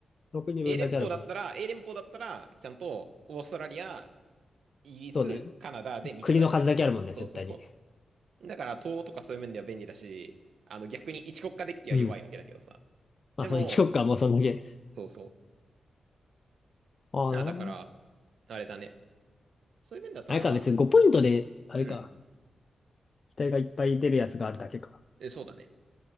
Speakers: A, on the left (about 45°); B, on the right (about 75°).
A: 6人分だけあるもんね。
B: う、A 連邦だったら、A 連邦だったら、ちゃんと、オーストラリア、イギリス、
A: そうね。
B: カナダで3つあるじゃん。
A: 国の数だけあるもんね、
B: そうそうそ
A: 絶対に。
B: う。だから、東とかそういう面では便利だし、あの、逆に一国家デッキは弱いわけだけどさ。
A: うん。まあ、
B: でも、
A: その1国かもうそんだけ。
B: そう、そうそ
A: ああ、
B: う。
A: なるほど。
B: あ、だから、あれだね。そういう面だったら、
A: あれか、
B: まあ、
A: 別に5ポイントで、あれか、
B: うん。
A: 機体がいっぱい出るやつがあるだけか。
B: え、そうだね。